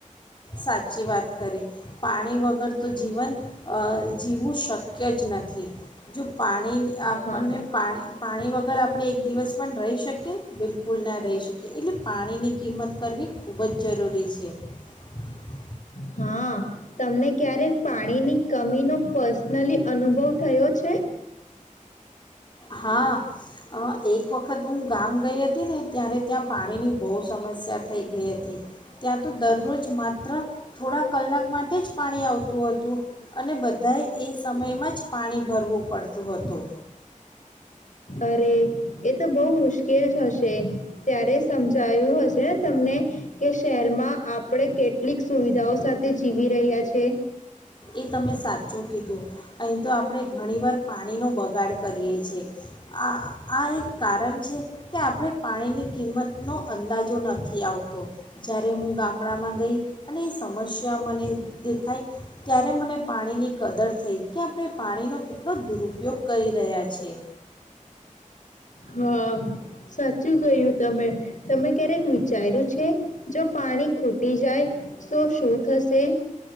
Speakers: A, on the left; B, on the left.
A: સાચી વાત કરી પાણી વગર તો જીવન અ જીવું શક. કચ નથી જો પાણી આપણને
B: હા
A: પાણી પાણી વગર આપણે એક દિવસ પણ રહી શકીએ? બિલકુલ બિલકુલ ના રહી શકી એટલે પાણીની કિંમત કરવી ખૂબ જ જરૂરી. <unintelligible>
B: હા તમને ક્યારેક પાણીની કમીનો પર્સનલી અનુભવ થયો છે.
A: હા અ એક એક વખત હું ગામ ગઈ હતી ને ત્યારે ત્યાં પાણીની બહુ સમસ્યા થઈ ગઈ હતી ત્યાં તો દરરોજ માત્ર થોડા કલાક માટે જ પાણી આવતું હતું અને બધાએ એ સમયમાં જ પાણી ભરવું પડતું હતું.
B: અરે એ તો બહ મુશ્કેલ જ હશે ત્યારે સમજાયું હશે ને તમને કે શહેરમાં આપણે કેટલીક સુવિધાઓ સાથે જીવી રહ્યા છે.
A: એ તમે સાચું કીધું અહીં તો આપણે ઘણી વાર પાણીનો બગાડ કરીએ છેએ આ આ એક કારણ છે કે આપણે પાણીની કિંમતનો અંદાજો નથી આવતો જ્યારે હું ગામડામાં ગઈ અને એ સમસ્યા મને દેખાય ત્યારે મને પાણીની કદર થઈ કે આપણે પાણીનો કેટલો દુરુપયોગ કરી રહ્યા છે.
B: હા સાચું ગયું તમે તમે ક્યારેક વિચાર્યું છે, જો પાણી ખૂટી જાય તો શું થશે.